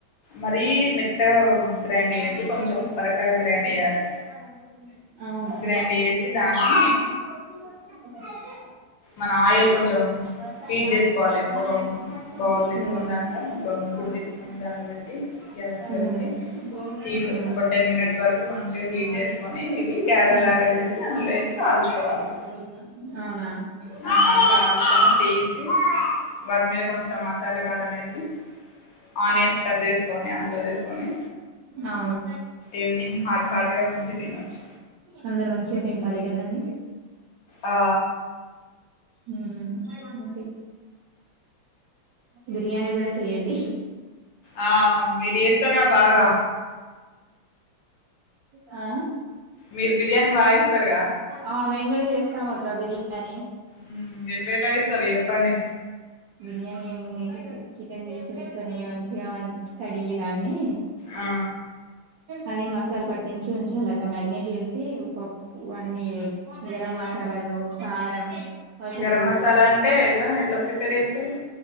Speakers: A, on the left; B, on the right.
A: మరీ మెత్తగా
B: అవున
A: గ్రైండ్ చేయొద్దు కొంచెం బరకగా గ్రైండ్ చేయాలి గ్రైండ్ చేసి దాన్ని మన ఆయిల్
B: మ్మ్
A: కొంచెం హీట్ చేసుకోవాలి ఒక బౌల్ తీసుకొని దాంట్లో
B: మ్మ్
A: ఒక ముకుడు తీసుకొని దాంట్లో పెట్టి గ్యాస్ మీద పెట్టి
B: ఆ
A: హీట్ ఒక టెన్ మినిట్స్ వరకు మంచిగా హీట్ చేసుకొని ఇవి గారెల్లాగా
B: అవునా
A: చేసి అందులో వేసి కాల్చుకోవాలి ఆ
B: ఊ
A: కాల్చుకొని తీసి వాటి మీద కొంచెం మసాలా కారం వేసి ఆనియన్స్ కట్ చేసుకొని అందులో వేసుకొని
B: అవును
A: ఈవినింగ్ హాట్ హాట్గా మంచిగా తినొచ్చు
B: అందరూ మంచిగా తింటారిగ రన్
A: ఆ
B: హుమ్మ్ బిర్యాని కూడా చెయ్యండి
A: ఆ మీరు చేస్తారుగా బాగా
B: ఆ
A: మీరు బిర్యానీ బాగా ఏస్తారుగా
B: ఆ మేము కూడా చేస్తాం అక్క బిర్యానీ
A: ఉ ఎట్లెట్ల చేస్తారు చెప్పండి
B: బిర్యానీ ఏముంది ఇ చికెన్ తీసుకొచ్చుకొని మంచిగా కడిగి దాన్ని
A: ఆ
B: అది మసాలా పట్టించి ఉంచాలి అక్క మ్యాగ్నెట్ చేసి పప్పు అన్నీ గరం మసాలాలు కారం పసుపు
A: గరం మసాలా అంటే ఎట్లా ఎట్లా ప్రిపేర్ చేస్తారు